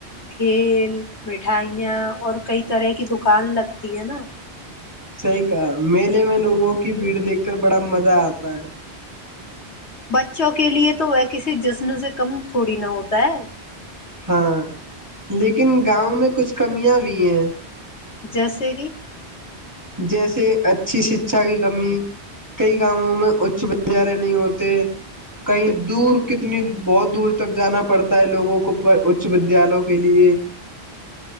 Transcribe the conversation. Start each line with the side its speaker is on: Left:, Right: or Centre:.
Left: کھیل مٹھائیاں اور کئی طرح کی دکان لگتی ہے نا
Right: صحیح کہا میلے میں لوگوں کی بھیڑ دیکھ کر بڑا مزہ آتا ہے
Left: بچ <unintelligible> چوں کے لیے تو وہ کسی جشن سے کم تھوڑی نہ ہوتا ہے
Right: ہاں لیکن گاؤں میں کچھ کمیاں بھی ہیں
Left: جیسے بھی
Right: جیسے اچھی شکھا کی کمی کئی گؤوں میں اچ ودیالے نہیں ہوتے کہیں دور کتنی بہت دور تک جانا پڑتا ہے لوگوں کو اچ ودیالوں کے لیے